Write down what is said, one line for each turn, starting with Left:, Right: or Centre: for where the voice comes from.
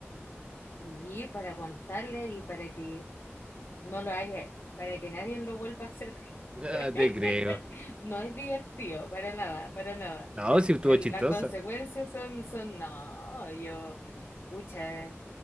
Left: y para contarle y para que no lo haga, para que nadie lo vuelva a hacer.
Right: Ah,
Left: <laughs>
Right: te creo.
Left: No es divertido, para nada, para nada.
Right: No, si estuvo
Left: Las
Right: chistosa.
Left: consecuencias son, son, no, yo, pucha,